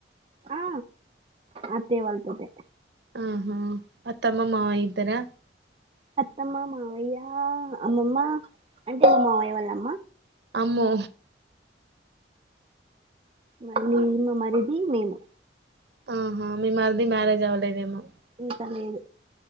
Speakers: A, on the right; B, on the right.
A: ఆ అత్తయ్య వాళ్ళతోటే
B: ఆహా అత్తమ్మ మామయ్య ఇద్దరా
A: అత్తమ్మ మావయ్య అమ్మమ్మ అంటే మావయ్య వాళ్ళ అమ్మ
B: అమ్మో
A: మళ్ళీ ఇంకో మరిది మేము
B: ఆహా మీ మరిది మ్యారేజ్ అవ్వలేదేమో
A: ఇంకా లేదు